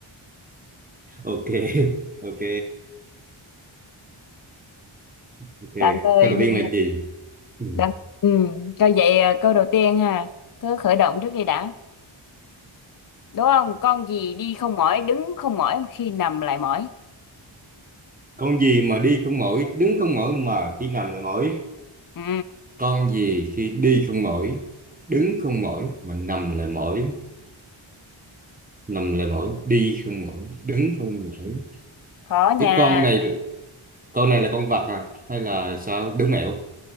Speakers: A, on the right (about 15°); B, on the left (about 45°).
A: ok <laughs> ok ok
B: Tạm thời
A: câu đầu
B: thì
A: tiên là gì ừ.
B: Đã. Ừ, coi vậy à, câu đầu tiên ha, cứ khởi động trước đi đã. Đúng không? Con gì đi không mỏi, đứng không mỏi mà khi nằm lại mỏi.
A: con gì mà đi không mỏi đứng không mỏi mà khi nằm lại mỏi
B: Ừ,
A: con gì khi đi không mỏi đứng không mỏi mà nằm lại mỏi nằm lại mỏi đi không mỏi đứng không mỏi
B: khó
A: cái
B: nha.
A: con này con này là con vật à hay là sao đứa mèo